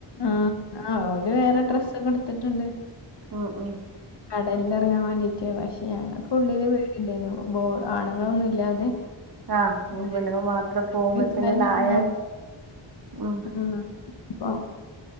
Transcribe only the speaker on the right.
ആഹ ഉ
ആഹ്
പിെണ്ണങ്ങ മാത്രം പോകുമ്പോത്തേന
നായ
ഉ